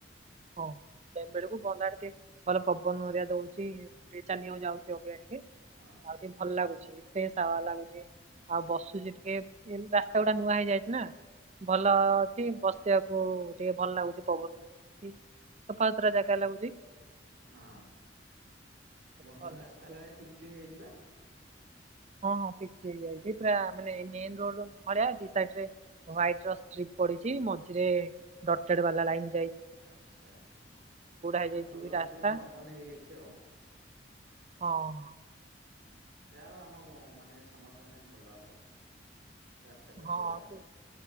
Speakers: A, on the right; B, on the right.
A: ହଉ। ଟାଇମ୍ ବେଳକୁ ବନ୍ଦ ଆଡ ଟିକେ ଭଲ ପବନ ହେରିକା ଦଉଚି ଟିକେ ଚାଲିବାକୁ ଯାଉଚି ଅବିକା ଟିକେ।
B: ହଁ
A: ଆଉ ଟିକେ ଭଲ ଲାଗୁଚି। ଫ୍ରେସ୍ ହାୱା ଲାଗୁଚି ଆଉ ବସୁଚି ଟିକେ ଏ ରାସ୍ତା ଗୁଡା ନୂଆ ହେଇଯାଇଚି ନା। ଭଲ
B: ହଁ
A: ଅଛି ବସିବାକୁ ଟିକେ ଭଲ ଲାଗୁଚି ପବନକୁ। ସଫାତୁରା ଜାଗା ଲାଗୁଚି।
B: ହଁ ବନ୍ଧୁ
A: ଭଲ ଅଛି।
B: ରାସ୍ତା କାଳେ ପିଚୁ ହେଇଯାଇଚି ପା?
A: ହଁ ହଁ ପିଚୁ ହେଇଯାଇଛି ପୁରା ମାନେ ମେନ୍ ରୋଡ ଭଳିଆ ଦି ସାଇଡ୍ ରେ ହ୍ୱାଇଟ୍ ର ଷ୍ଟ୍ରୀ ପଡିଚି ମଝିରେ ଡଟଟେଡ ବାଲା ଲାଇନ୍
B: ଆଚ୍ଛା ମାନେ
A: ହେଇଯାଇଛି
B: ଭଲ
A: ବି ରାସ୍ତା
B: ଟିକେ ମଡର୍ଣ ହେଇଯାଇଚି ଆଉ।
A: ହଁ ହଁ।
B: ହଁ ଯାହା ହଉ ଆମ ମାନେ ସମସ୍ତଙ୍କ ପାଇଁ ଭଲ ହବ। ରାସ୍ତା ଟା
A: ହଁ
B: ଚଉଡା
A: ହଁ
B: ହେଲେ
A: ସେ